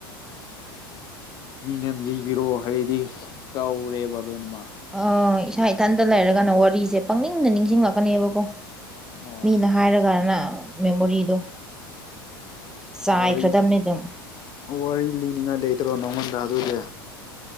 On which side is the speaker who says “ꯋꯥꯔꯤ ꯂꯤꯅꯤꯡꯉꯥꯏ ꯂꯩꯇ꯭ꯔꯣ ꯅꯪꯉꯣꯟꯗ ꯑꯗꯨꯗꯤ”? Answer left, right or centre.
Left